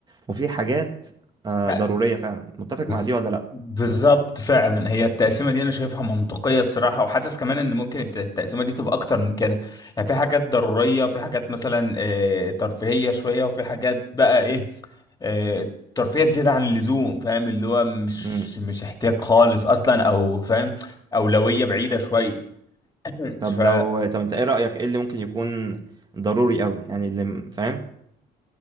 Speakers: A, on the right; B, on the left.
A: وفي حاجات آه
B: لا،
A: ضرورية فعلا متفق
B: بز...
A: مع دي ولا لأ؟
B: بالظبط فعلا هي التقسيمه دي انا شايفها منطقيه الصراحه وحاسس كمان ان ممكن الت- التقسيمه دي تبقى اكتر من كده يعني في حاجات ضروريه في حاجات مثلا آه، ترفيهيه شويه وفي حاجات بقى ايه آه، ترفيه زياده عن اللزوم فاهم اللي هو مش
A: مم.
B: مش احتياج خالص اصلا او فاهم اولويه بعيده شويه <clears throat>
A: طب
B: فانا
A: لو طب أنت إيه رأيك إيه اللي ممكن يكون ضروري أوي يعني اللي م- فاهم